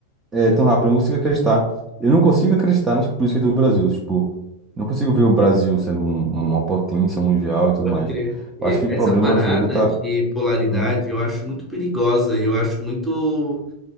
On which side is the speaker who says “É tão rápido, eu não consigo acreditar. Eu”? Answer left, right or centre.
Right